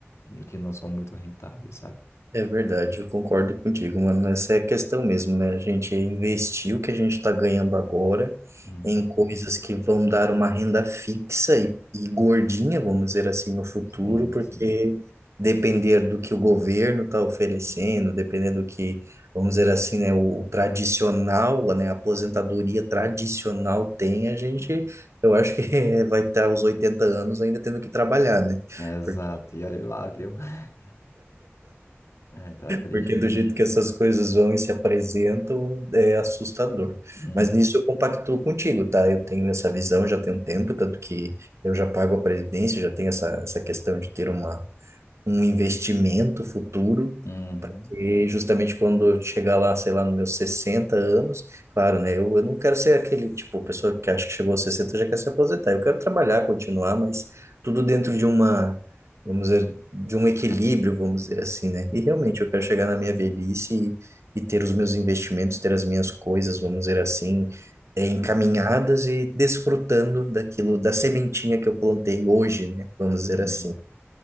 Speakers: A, on the left; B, on the right.
A: que não são muito rentáveis, sabe?
B: É verdade, eu concordo contigo, mano. Essa é a questão mesmo, né? A gente investir o que a gente está ganhando agora
A: Uhum.
B: em coisas que vão dar uma renda fixa e, e gordinha, vamos dizer assim, no futuro,
A: Sim,
B: porque
A: sim.
B: depender do que o governo está oferecendo, depender do que, vamos dizer assim, né, o tradicional, né, a aposentadoria tradicional tem, a gente, eu acho que <laughs> vai estar aos 80 anos ainda tendo que trabalhar, né?
A: Exato.
B: Porque
A: E olha lá, viu? <laughs> É, tá triste.
B: Porque
A: hein?
B: do jeito que essas coisas vão e se apresentam, é assustador.
A: Uhum.
B: Mas nisso eu compactuo contigo, tá? Eu tenho essa visão já tem um tempo, tanto que eu já pago a previdência, já tenho essa, essa questão de ter uma, um investimento futuro.
A: Uhum.
B: E justamente quando eu chegar lá, sei lá, nos meus 60 anos, claro, né? Eu, eu não quero ser aquele tipo, pessoa que acha que chegou aos 60 e já quer se aposentar. Eu quero trabalhar, continuar, mas tudo dentro de uma, vamos dizer, de um equilíbrio, vamos dizer assim, né?
A: Uhum.
B: E realmente eu quero chegar na minha velhice e, e ter os meus investimentos, ter as minhas coisas, vamos dizer assim, eh, encaminhadas
A: Sim.
B: e desfrutando daquilo, da sementinha que eu plantei hoje, né? Vamos dizer
A: Uhum.
B: assim.